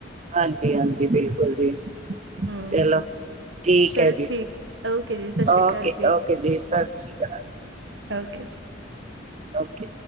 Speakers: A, on the right; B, on the right.
A: ਹਾਂਜੀ -ਹਾਂਜੀ ਬਿਲਕੁਲ ਜੀ
B: ਹੂੰ।
A: ਚਲੋ ਠੀਕ
B: ਚਲੋ
A: ਹੈ ਜੀ
B: ਠੀਕ, ਓਕੇ ਜੀ ਸਤਿ ਸ੍ਰੀ
A: ਓਕੇ
B: ਅਕਾਲ
A: -ਓਕੇ ਜੀ ਸਤਿ ਸ਼੍ਰੀ ਅਕਾਲ
B: ਓਕੇ ਜੀ
A: ਓਕੇ